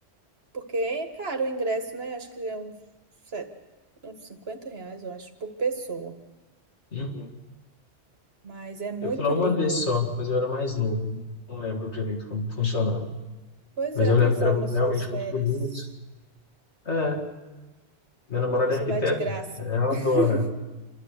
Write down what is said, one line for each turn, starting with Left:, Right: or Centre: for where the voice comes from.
Right: Porque é caro o ingresso, né? Acho que é uns, set- uns 50 reais, eu acho, por pessoa.
Left: Uhum.
Right: Mas é muito
Left: Eu fui lá uma
Right: lindo.
Left: vez só, mas eu era mais novo. né? Não lembro direito como que funcionava.
Right: Pois
Left: Mas
Right: é,
Left: eu
Right: quem
Left: lembro
Right: sabe
Left: que era
Right: nas
Left: realmente
Right: suas férias
Left: muito bonito. É, minha namorada
Right: você
Left: é arquiteta.
Right: vai de graça.
Left: Ela
Right: <laughs>
Left: adora.